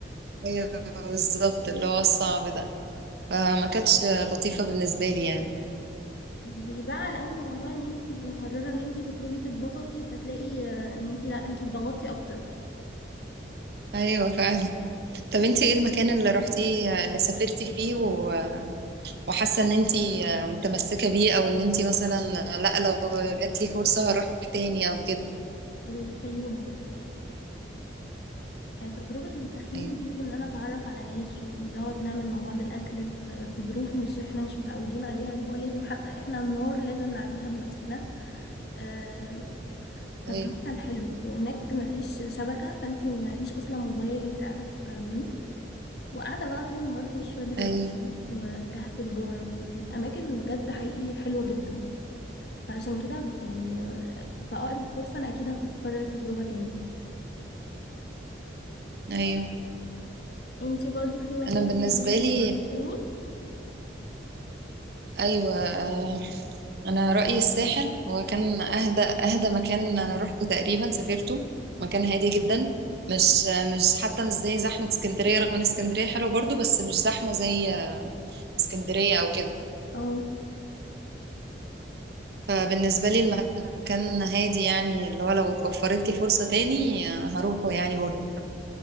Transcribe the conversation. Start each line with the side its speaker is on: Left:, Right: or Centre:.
Right: ايوه بالظبط اللي هو الصعب ده فما كانتش لطيفه بالنسبه لي يعني
Left: بيزعل قوي موضوع ان انت تبقي مقرره ان انت تخرجي تتبسطي فتلاقي آه، ان انت لا انت اتضغطتي اكتر
Right: ايوه فعلا طب انت ايه المكان اللي رحتيه اللي سافرتي فيه و... وحاسه ان انت متمسكه بيه او ان انت مثلا لا لو جات لي فرصه هروح تاني او كده
Left: الفيوم برضه آه، تجربه التخييم
Right: ايوه
Left: دي وان انا اتعرف على ناس ونقعد نعمل مع بعض الاكل في في ظروف مش احنا مش متعودين عليها اللي هو لازم حتى احنا النار لازم نعملها بنفسنا آه، فالجو
Right: ايوه
Left: كان حلو وهناك مفيش شبكه فانت مفيش اصلا موبايل انت عارفه تستخدميه وقاعده بقى طول النهار فوق شويه الريان
Right: ايوه
Left: وكهف الجارة والأماكن بجد حقيقي حلوة جدا فعشان كده يعني في أقرب فرصة أنا أكيد هكرر التجربة تاني
Right: ايوه
Left: انتي برضو في مكان
Right: انا بالنسبه
Left: ممكن
Right: لي
Left: تروحي تاني
Right: ايوه آه، انا رايي الساحل هو كان اهدى اهدى مكان انا روحته تقريبا سافرته مكان هادي جدا مش مش حتى مش زي زحمه اسكندريه رغم ان اسكندريه حلوه برضو بس مش زحمه زي اسكندريه او كده
Left: أو
Right: فبالنسبة لي المكان هادي يعني اللي هو لو اتوفرت لي فرصة تاني آه، هروحه يعني برضه